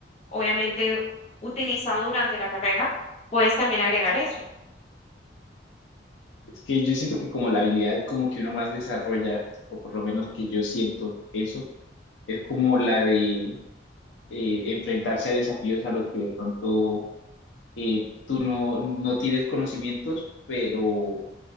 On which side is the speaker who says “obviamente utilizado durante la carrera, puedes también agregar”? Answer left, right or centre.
Left